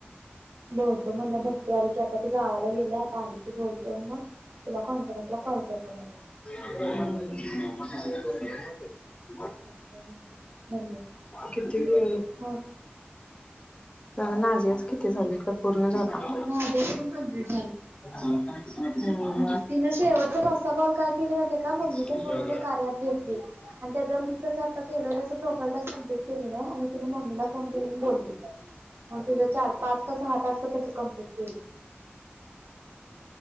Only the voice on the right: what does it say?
बोलतो म्हणलं भक्ती आली की आता ती गावाला गेली आता आली की बोलतो मग तुला कॉन्फरन्स ला कॉल करतो म्हणी.
चालतंय म्हणलं म्हणले
मग
माझ्याच पण कम्प्लीट
तिन शेवचत कॉल काय केली नाय- का मम्मीच्या
फोन म कार्या ॲप घेतली आणि त्यां मी कस आता केलं तस प्रोफाईल टास्क कप्लीट केली नाही आणि तिने मम्मीला फोन केले न बोली मग तीच चार पाच सहा तस कंप्लीट केली.